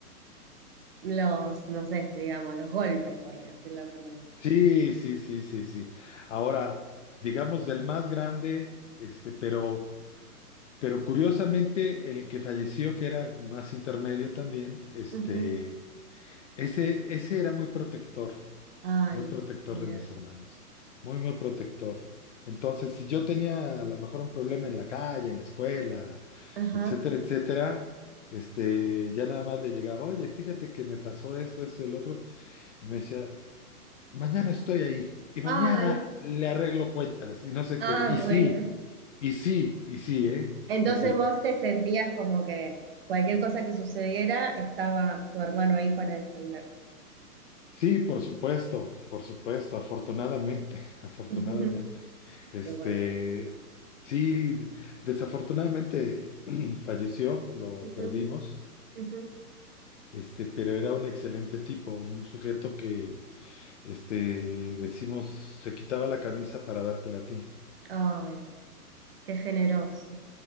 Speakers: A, on the right (about 40°); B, on the left (about 50°).
A: los, no sé, digamos, los golpes, por decirlo de alguna manera.
B: sí, sí, sí, sí, sí. Ahora, digamos del más grande, este, pero, pero curiosamente, el que falleció, que era más intermedio también, este,
A: Ujú.
B: ese, ese era muy protector.
A: Ay,
B: Muy protector
A: mira.
B: de mis hermanos, muy, muy protector. Entonces, si yo tenía a lo mejor un problema en la calle, en la escuela,
A: Ajá.
B: etcétera, etcétera, este, ya nada más le llegaba, oye, fíjate que me pasó esto, esto, el otro, y me decía, mañana estoy ahí, y mañana
A: Ay.
B: le arreglo cuentas, y no sé
A: Ah,
B: qué, y sí,
A: bueno.
B: y sí, y sí, ¿eh?
A: Entonces
B: Y sí.
A: vos te sentías como que cualquier cosa que sucediera, estaba tu hermano ahí para defenderte.
B: Sí, por supuesto, por supuesto, afortunadamente, afortunadamente.
A: Ujú.
B: Este,
A: Qué bueno.
B: sí, desafortunadamente <clears throat> falleció, lo
A: Ujú,
B: perdimos,
A: ujú.
B: este, pero era un excelente tipo, un sujeto que, este, decimos, se quitaba la camisa para dártela a ti.
A: Ay, qué generoso.